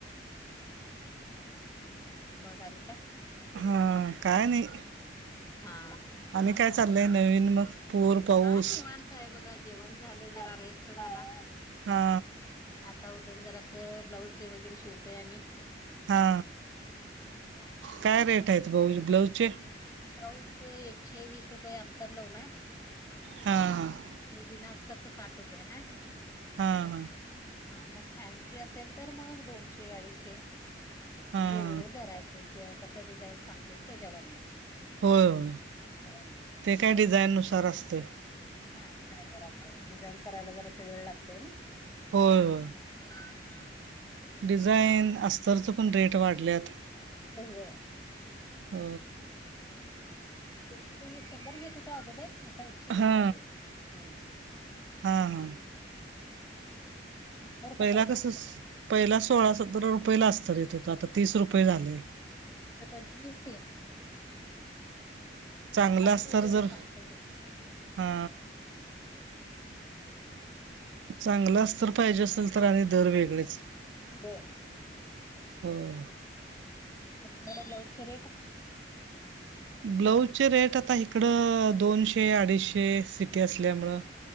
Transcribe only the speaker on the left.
मग आणि काय?
हा
काय निवांत आहे बघा, जेवण झालं जरा, रेस्ट झाला,
आता उठून जरासं ब्लाऊज ते वगैरे शिवतोय आम्ही.
ब्लाऊज
ब्लाऊज चे एकशे वीस रुपये अस्तर लावून आहे
आणि बिना अस स्तरच साठ रुपये हाय.
हा मग फॅन्सी असेल तर मग दोनशे अडीचशे.
वेगवेगळ दर आहेत ते कि कसं डिझाईन सांगतील त्याच्यावरनं.
हम्म.
हा डिझाईन वर असते डिझाईन करायला जरासं वेळ लागतंय नाय.
हम हम.
हो होय.
एकशे वीस शंभर घेत होतो अगोदर आता एकशे
वीस झाले हम्.
दर
कसा आहेत
तीस कुठलं पंचवीस तीस.
काढून
ठेवते जे
सांगते ते.
तुमच्याकडे
कसं
आहे सगळं
होय
आपल्या इकडे ब्लाज चे रेट.